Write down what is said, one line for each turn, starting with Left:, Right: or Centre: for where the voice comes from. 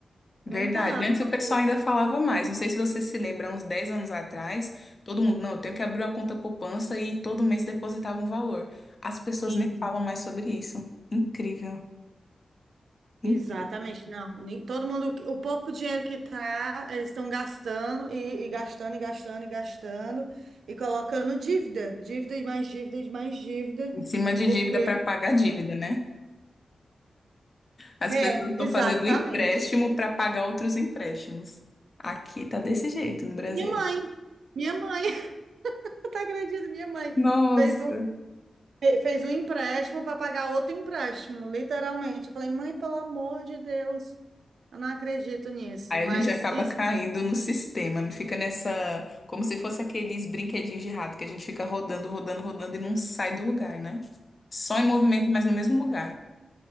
Left: Verdade.
Right: não tá.
Left: Antes o pessoal
Right: O-
Left: ainda falava mais. Não sei se você se lembra, uns 10 anos atrás, todo mundo, não, eu tenho que abrir uma conta poupança e todo mês depositava um valor. As pessoas
Right: Sim,
Left: nem falam mais sobre isso. Incrível, incrível.
Right: exatamente, não. Ni- Todo mundo, o pouco dinheiro que tá, eles estão gastando e, e gastando e gastando e gastando e colocando dívida, dívida e mais dívida e mais dívida,
Left: Em cima de
Right: porque...
Left: dívida para pagar dívida, né? As
Right: É,
Left: pessoas estão
Right: exatamente.
Left: fazendo empréstimo para pagar outros empréstimos. Aqui tá desse jeito no Brasil.
Right: Minha mãe, minha mãe, <laughs> tu acredito, Minha mãe
Left: Nossa.
Right: fez um, fez um empréstimo para pagar outro empréstimo, literalmente. Eu falei, mãe, pelo amor de Deus, eu não acredito nisso,
Left: Aí
Right: mas
Left: a gente acaba
Right: isso,
Left: caindo no sistema, não fica nessa. Como se fosse aqueles brinquedinhos de rato que a gente fica rodando, rodando, rodando e não sai do lugar, né? Só em movimento, mas no mesmo lugar.